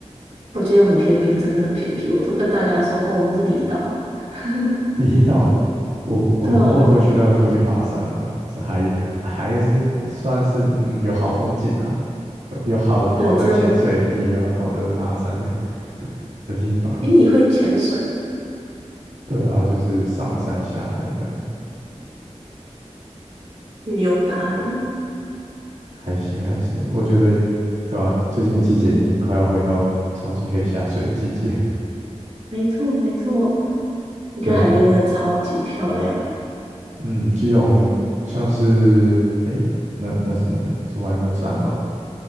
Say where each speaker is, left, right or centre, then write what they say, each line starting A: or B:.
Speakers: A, on the right; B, on the right.
A: 我基隆很偏僻，真的很偏僻。我都跟大家说，哦，我们是离岛。<laughs>
B: <laughs> 离岛我我偶尔会去那附近爬山啊，
A: 对啊，
B: 是还还是算是嗯有好风景啊，有有好的好的潜水地啊，
A: 对，就，
B: 也有好的爬山的 <laughs> 地方。
A: 诶，你会潜水哦，
B: 对啊，就是上山下海这样，
A: 旅游达人，
B: 还行还行。我觉得对啊，最近的季节已经快要回到重新可以下水的季节。
A: 没错没错，我觉得海边真的超级漂亮。
B: 对啊，嗯，基隆像是诶，那那是哪里？是外木山吗？